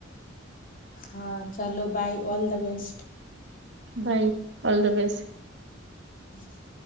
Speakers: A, on the left; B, on the right.
A: હા ચાલો bye all the best
B: bye all the best
A: <inaudible>